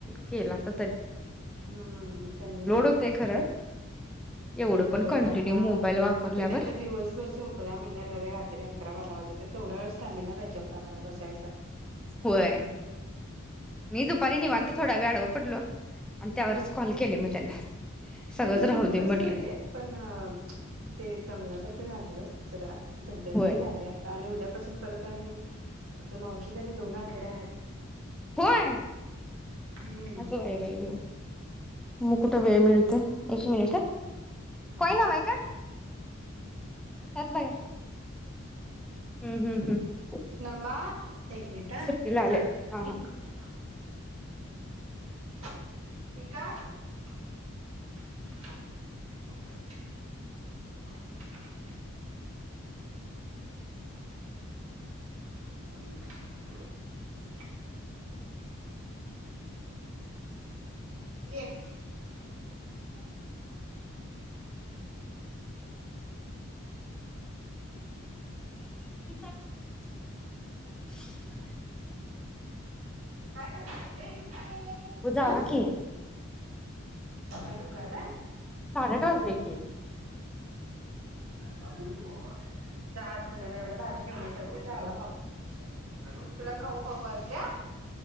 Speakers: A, in the centre; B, on the right.
A: केलासा
B: हुं, त्यांनी बघितलं
A: होतय खरं एवढं
B: लई जडं
A: पण
B: होतय
A: कंटिन्यू
B: आता
A: मोबाईल वापरल्यावर
B: तेनी आता दिवसभर झोपला म्हणल्या बघ रात्री अकरा बारा वाजवत्यात तेवढ्या वेळेस स्टॅमिना पाहिजे आता मला बसायचा.
A: होय मी दुपारी निवात थोडा वेळ आडव पडलो आणि त्यावरच कॉल केले मग त्यांना सगळंच
B: मी पण झोपूनच
A: राहू दे म्हटलं
B: केलेत पण ते दमलासारखं झालये. जरा दगदग
A: होय
B: लई झालीया आता आणि उद्या पासून परत आणि आता मावशीच आणि दोन आठवड्या आहेत.
A: होय
B: हम्म
A: आगं बाई बाई मग कुठं वेळ मिळतय एक मिनिट हं
B: हम्म
A: कॉइन हवा हाय काय? ह्यातला हुं, हुं, हुं.
B: नमी एक मिनिट हा
A: सुट्टीला आलेत
B: चालू ठेवा
A: हा हा
B: एक मिनिट थाबा <unintelligible> <inaudible>
A: <inaudible>
B: ये
A: म
B: काय करायलय
A: ओ
B: अ
A: जावा कि.
B: अजुन काय काय?
A: साडेआठ वाजले की.
B: हात धुल्या मी एवढ भाजी निवडून ठरते झाला खऊ तुला खाऊ खाऊ घालत्या